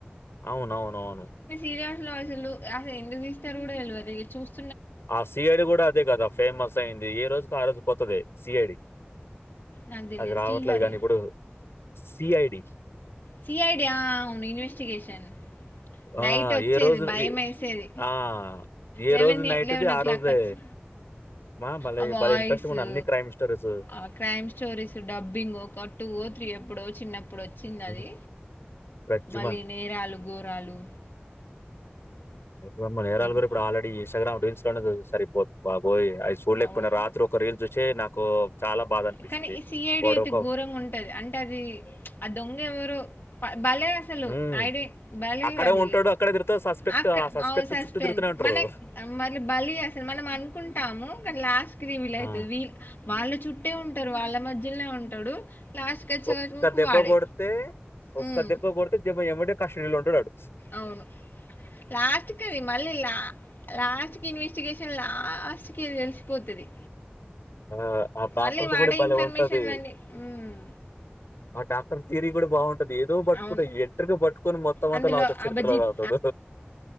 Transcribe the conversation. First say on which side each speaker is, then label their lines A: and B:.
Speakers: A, on the left; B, on the left.
A: అవునవునవును
B: సీరియల్స్ లో అసలు అసలు ఎందుకు తీస్తారో కూడా తెల్వదు ఇగ చూస్తే.
A: ఆ సిఐడి కూడా అదే కదా ఫేమస్ అయింది ఏ రోజుకి ఆ రోజు కొత్తది సిఐడి.
B: నాకు తెలియదు
A: అది రావట్లేదు
B: శ్రీహరియా
A: కాని ఇప్పుడు సీఐడి.
B: సిఐడి ఆ అవును ఇన్వెస్టిగేషన్ నైట్
A: ఆ!
B: వచ్చేది
A: ఏ రోజు
B: భయం
A: ఎ
B: వేసేది
A: ఆ! ఏ
B: లెవెనే
A: రోజు నైట్‌ది
B: లెవెన్ ఓ
A: ఆ
B: క్లాక్
A: రోజే
B: వచ్చి
A: మా భలే
B: ఆ వాయిసు
A: భలే ఇంట్రెస్టింగున్నాయి అన్ని క్రైమ్ స్టోరీసు.
B: ఆ క్రైమ్ స్టోరీసు డబ్బింగ్ ఒక టు గో త్రి ఎప్పుడో చిన్నప్పుడు వచ్చింది
A: హ్మ్.
B: అది
A: 'గజ్జుమ.'
B: మళ్ళీ నేరాలు ఘోరాలు.
A: ఇప్పుడెమ్మ నేరాలు
B: ఇవి
A: కూడా ఇప్పుడు ఆల్రెడి ఇంస్టాగ్రామ్ రీల్స్ లోనే సరిపోతుంది బాగా. పోయి అది చూడలేకపోయినా
B: అవు
A: రాత్రి ఒక రీల్ చూసే నాకు చాలా బాధ అనిపిచ్చింది.
B: కానీ ఈ సిఐడి
A: వాడు
B: అయితే
A: ఒక
B: ఘోరంగా ఉంటది అంటే అది చ్ ఆ దొంగ ఎవరో. బలే అసలు
A: హ్మ్.
B: ఐడి బలే
A: అక్కడే
B: అది
A: ఉంటాడు. అక్కడే తిరుగుతాడు. సస్పెక్ట్
B: అక్కడ
A: ఆ సస్పెక్ట్
B: అవ్ సస్పెన్స్
A: చుట్టూ తిరుగుతూనే ఉంటారు.
B: మన టే మళ్ళీ బలి అసలు మనం అనుకుంటాము కానీ లాస్ట్ కి రివిల్ అయితది
A: ఆ!
B: వీళ్ళు వాళ్ళ చుట్టే ఉంటారు వాళ్ళ మధ్యలోనే ఉంటాడు లాస్ట్‌కి వచ్చే
A: ఒక్క
B: వరకు
A: దెబ్బ
B: వాడే.
A: కొడితే ఒక్క
B: హ్మ్.
A: దెబ్బ కొడితే దిమ్మ ఎమ్మటే కస్డీలో ఉంటాడు వాడు.
B: అవును లాస్ట్ కి అది మళ్ళీ లా లాస్ట్ కి ఇన్వెస్టిగేషన్ లా లాస్ట్కి తెలిసిపోతది
A: ఆ ఆ పకృతి
B: మళ్ళీ వాడే
A: కూడా భలే
B: ఇన్ఫర్మేషన్‌లన్నీ
A: ఉంటది
B: హ్మ్.
A: ఆ ట తీరి కూడా బాన్ అడు ఏదో పట్టుకుంటాడు
B: అవును.
A: ఎంటరికి పట్టుకొని మొత్తం అంతా
B: అందులో
A: లాగుతాడు చరిత్ర
B: అభిజిత్
A: లాగుతాడు.